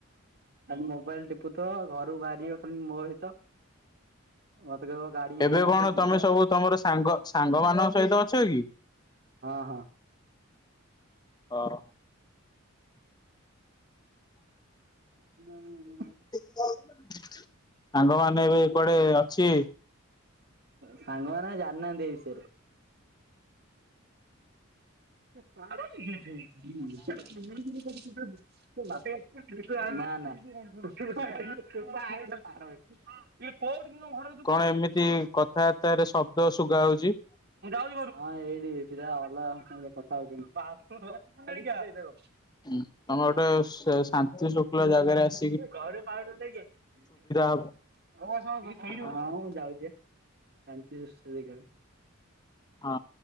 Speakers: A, on the right (about 50°); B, on the left (about 20°).
A: ମୋବାଇଲ ଟିପୁଥଵ ଘରୁ ବାହାରିବ ଖାଲି ମୋ ସହିତ। ମତେ କହିବ ଗାଡି ଆଣି
B: ଏବେ
A: ଆସେ
B: କଣ
A: ଯିବା
B: ତମେ ସବୁ ତମର ସାଙ୍ଗ ସାଙ୍ଗ ମାନଙ୍କ ସହିତ ଅଛ କି?
A: ହଁ ହଁ।
B: ହଁ।
A: <unintelligible>
B: ସାଙ୍ଗମାନେ ଏବେ କୁଆଡେ ଅଛି?
A: ସାଙ୍ଗମାନୋନ ଜାଣିନାହାନ୍ତି ଏଇ ବିଷୟରେ। <unintelligible> ନା ନା। କଉ ମୁ ତମ ଘର
B: କଣ ଏମିତି କଥାବାର୍ତ୍ତାରେ ଶବ୍ଦ ଶୁଗା ହଉଛି।
A: ଏଇଠି ପିଲା ଅଲଗା କଥା ହଉଛନ୍ତି।
B: ହଁ ତମେ ଗୋଟେ ଶାନ୍ତି ଶୃଙ୍ଖଳା ଜାଗାରେ ଆସି
A: ହଁ ମୁଁ
B: ହବ
A: ଯାଉଛି।
B: ହଁ
A: ଶାନ୍ତିରେ ସୁଏ ଖାଲି।
B: ହଁ